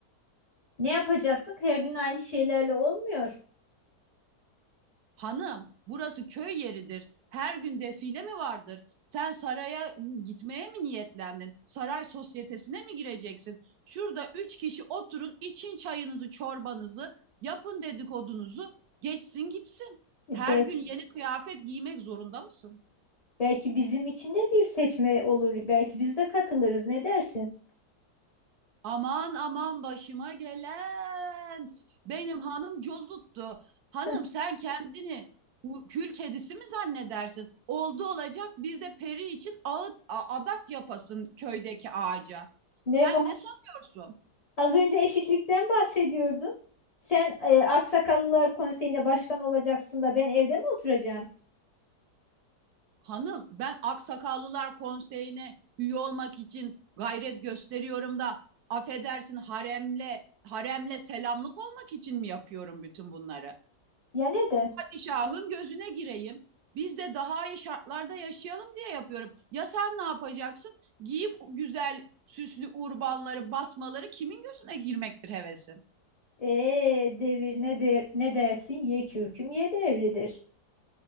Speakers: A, on the left (about 30°); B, on the right (about 70°).
A: Ne yapacaktık? Her gün aynı şeylerle olmuyor.
B: Hanım, burası köy yeridir. Her gün defile mi vardır? Sen saraya gitmeye mi niyetlendin? Saray sosyetesine mi gireceksin? Şurada üç kişi oturun, için çayınızı, çorbanızı, yapın dedikodunuzu, geçsin gitsin. Her
A: E, bel-
B: gün yeni kıyafet giymek zorunda mısın?
A: belki bizim için de bir seçme olur. Belki biz de katılırız. Ne dersin?
B: Aman aman başıma gelen. Benim hanım cozuttu. Hanım
A: <laughs>
B: sen kendini bu kül kedisi mi zannedersin? Oldu olacak bir de peri için ağıt, a- adak yapasın köydeki ağaca.
A: Ne
B: Sen
A: var?
B: ne sanıyorsun?
A: Az önce eşitlikten bahsediyordun. Sen e, Aksakallılar Konseyi'ne başkan olacaksın da ben evde mi oturacağım?
B: Hanım ben Aksakallılar Konseyi'ne üye olmak için gayret gösteriyorum da affedersin haremle haremle selamlık olmak için mi yapıyorum bütün bunları?
A: Ya neden?
B: şahın gözüne gireyim. Biz de daha iyi şartlarda yaşayalım diye yapıyorum. Ya sen ne yapacaksın? Giyip güzel süslü urbanları, basmaları kimin gözüne girmektir hevesin?
A: Ee, devir ne der, ne dersin? Ye kürküm ye devridir.